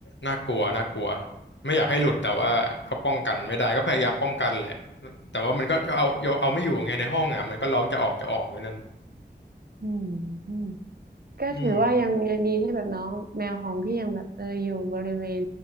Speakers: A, on the left; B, on the right.
A: น่ากลัวน่ากลัวไม่อยากให้หลุดแต่ว่าก็ป้องกันไม่ได้ก็พยายามป้องกันแหละแต่ว่ามันก็ก็เอาโยเอาไม่อยู่ไงในห้องอ่ะมันก็ร้องจะออกจะออกอยู่นั่น
B: อืมอืม ก็ถือว่ายังยังดีที่แบบน้องแมวของพี่ยังแบบเอออยู่บริเวณ
A: อืม